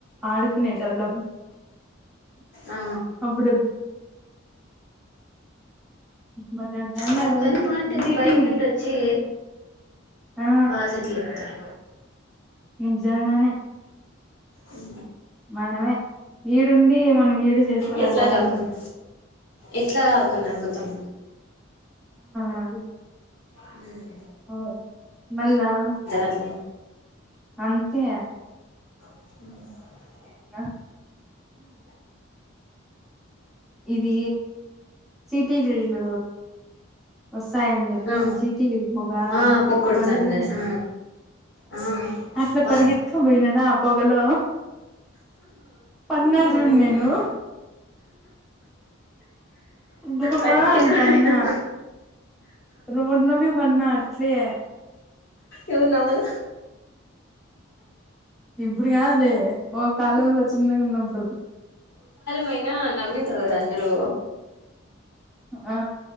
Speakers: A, in the centre; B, on the left.
A: ఆడుతునేటళ్ళం
B: ఆ
A: అప్పుడు మన్న అంట్టనా
B: వాళ్ళ
A: రోజుజ
B: పని బాగుంటుంది బయట
A: <unintelligible>
B: నుండి వచ్చి
A: ఆ
B: బాగా సెటిల్ అయిపోతారు
A: నిజంగానే
B: ఇ
A: మనమే ఈడుండి మనం ఈడు చేసుకోలేకపోతున్నాం
B: ఎట్లా కాకుండా ఎట్లా కాకున్నా అభుతం
A: అ
B: హ్మ్
A: అవు మళ్ళతు
B: అట్లే
A: అంతే
B: ఉ
A: ఆ ఇది సిటీ జరిగిన వసాయంం చెప్పతి
B: ఆ
A: చీటీకిళ్గా
B: ఆ పొగొడతాంది
A: బడిలో
B: ఆ ఆ
A: అట్లా
B: బా
A: పరిగత్త్త పోయినాద ఆ పొగల పన్నా చూడు నేను బమాన్
B: వాడివి కింద
A: పన్నా
B: పడిపోయినావు
A: రోడ్ లోనే బన్నా అట్లే
B: ఎవరు నావ్వాలె
A: ఇప్పుడు కాదు ఒక కాలంలో చిన్నగా ఉన్నప్పుడు
B: మైనా నావింటారు కదా అందరు
A: ఆ